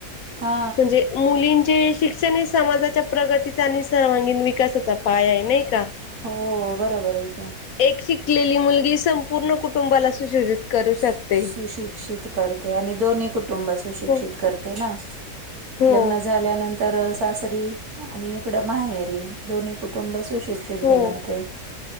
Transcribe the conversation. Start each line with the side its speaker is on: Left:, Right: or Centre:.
Right: हा
Left: म्हणजे मुलींचे शिक्षण हे समाजाच्या प्रगतीच आणि सर्वांगीण विकासाचा पाय आहे नाही का?
Right: हो बरोबर आहे कि
Left: एक शिकलेली मुलगी संपूर्ण कुटुंबाला सुशोजित करू
Right: सु
Left: शकते.
Right: सुशिक्षित करते आणि दोन्ही कुटुंब सुशिक्षित
Left: हो
Right: करते ना
Left: हो
Right: लग्नझाल्यानंतर सासरी आणि इकडं माहेरी दोन्ही कुटुंब सुशिक्षित
Left: हो
Right: बनवते